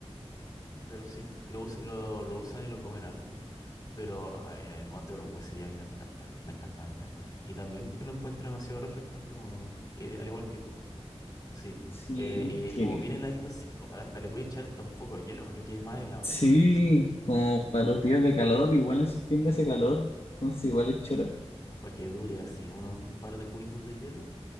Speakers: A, on the left (about 35°); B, on the left (about 60°).
A: Pero sí, lo, us- lo, lo usan y lo comen harto. Pero ah, en el mote con huesillo a mí me encanta. Me encanta, me encanta. Y también te lo encuentro demasiado refrescante, como, eh, al igual que tú. Sí.
B: Sí,
A: Eh, y
B: que...
A: eh, como viene heladito, así, co- hasta le voy a echar hasta un poco de hielo para que quede más helado
B: Sí,
A: todavía, sí.
B: como para los días de calor, igual en septiembre hace calor, entonces igual es choro.
A: Para que dure así, uno- un par de cubitos de hielo